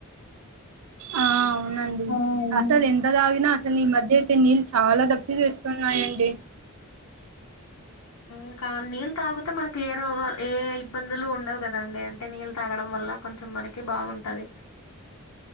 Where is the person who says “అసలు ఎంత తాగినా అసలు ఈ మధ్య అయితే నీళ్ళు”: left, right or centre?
Right